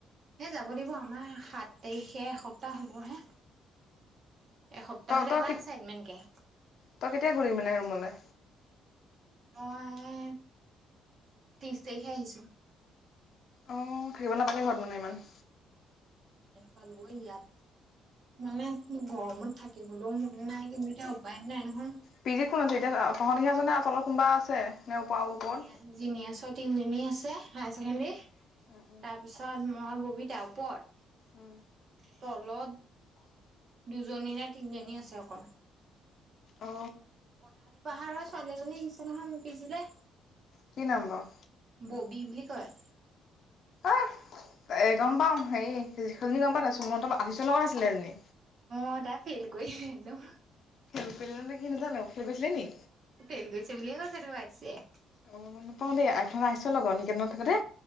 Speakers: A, on the right; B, on the left.
A: এই যাব লাগিব আমাৰ সাত তাৰিখে এসপ্তাহ হ'ব হে এসপ্তাহৰ
B: তই তই
A: এটা আচাইটমেণ্টকে
B: তই কেতিয়া গলি মানে ৰুমলৈ
A: মই তিশ তাৰিখে আহিছো
B: আহ থাকিব নাপালে ঘৰত মানে ইমান
A: পালোগৈ ইয়াত মানে গৰমত থাকিবলৈও মন নাই কিন্তু এতিয়া উপায়ো নাই নহয়
B: পি জিত কোন আছে এতিয়া তহঁতহে আছ নে তলত কোনোবা আছে, নে ওপৰ
A: নাই
B: আৰু ওপৰত?
A: জ জিনিয়েছ তিন জনী আছে হাই ছেকেণ্ডাৰী
B: উম উম
A: তাৰপিছত মই ববিতা ওপৰত
B: উম।
A: তলত দুজনী নে তিনিজনী আছে অকল
B: অ'
A: পথালি পাহাৰৰ ছোৱালী এজনী আহিছে নহয় আমাৰ পি জি লে
B: কি নাম বাৰু?
A: ববি বুলি। কি কয়?
B: অ এ গম পাও হেৰি সেইজনী গম পাও নাই সুমন্ত আশিসৰ লগত আছিলে সেইজনী।
A: অ তাত ফেল কৰি আহিলোঁ।
B: খেল কৰি ন নে কি নাজানো খেল কৰিছিলে নি
A: ফেইল <unintelligible>
B: অ গম নাপাও দেই আইফ আহিছ লগত নিক ন থাকে দে